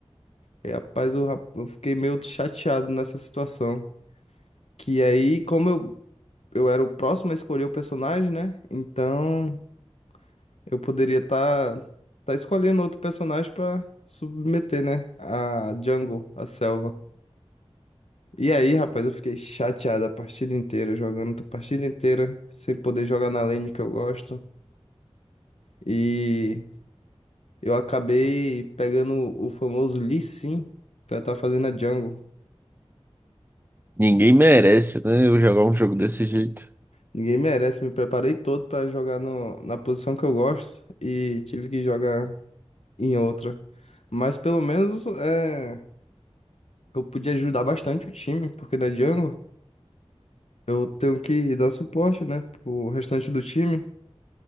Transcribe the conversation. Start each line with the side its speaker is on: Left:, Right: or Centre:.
Left: E, rapaz, eu, ra- eu fiquei meio chateado nessa situação. Que aí, como eu eu era o próximo a escolher o personagem, né? Então eu poderia estar tá, tá escolhendo outro personagem pra submeter, né? A jungle, a selva. E aí, rapaz, eu fiquei chateado a partida inteira, jogando a partida inteira, sem poder jogar na lane que eu gosto. E eu acabei pegando o famoso Lee Sin pra estar fazendo a jungle.
Right: Ninguém merece, né? Eu jogar um jogo desse jeito.
Left: Ninguém merece, me preparei todo pra jogar no, na posição que eu gosto e tive que jogar. em outra. Mas pelo menos é, eu podia ajudar bastante o time, porque na Django eu tenho que dar suporte, né, pro restante do time.